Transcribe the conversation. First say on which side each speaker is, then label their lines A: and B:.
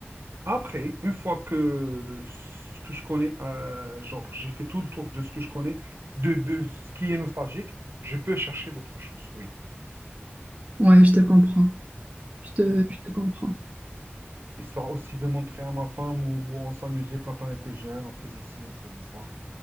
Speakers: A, on the right (about 70°); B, on the right (about 35°).
A: Après, une fois que ce que je connais, euh, genre j'ai fait tout le tour de ce que je connais, de, de ce qui est nostalgique, je peux chercher d'autres choses, oui.
B: Ouais, je te comprends. Je te,
A: Voilà.
B: je te comprends.
A: Histoire aussi de montrer à ma femme où on s'amusait quand on était jeune, on faisait ci, on faisait ça.